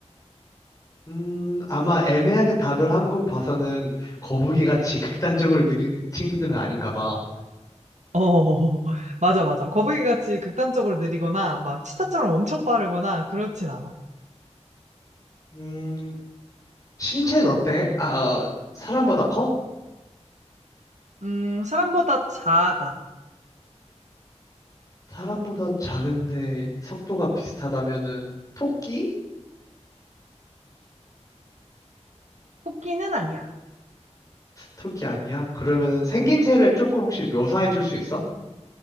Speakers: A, on the left (about 30°); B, on the right (about 80°).
A: 음, 아마 애매하게 답을 한 거 봐서는 거북이같이 극단적으로 느린 친구들은 아닌가 봐.
B: 어, <laughs> 맞아, 맞아. 거북이같이 극단적으로 느리거나, 막 치타처럼 엄청 빠르거나, 그렇진 않아.
A: 음, 신체는 어때? 아, 사람보다 커?
B: 음, 사람보다 작아.
A: 사람보다 작은데 속도가 비슷하다면은 토끼?
B: 토끼는 아니야.
A: 토끼 아니야? 그러면은 생김새를 조금 혹시 묘사해 줄 수 있어?